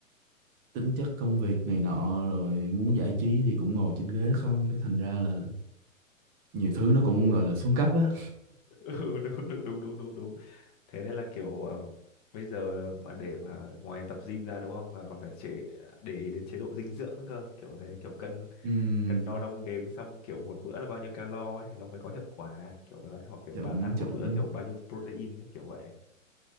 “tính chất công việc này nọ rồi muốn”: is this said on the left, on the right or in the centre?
Right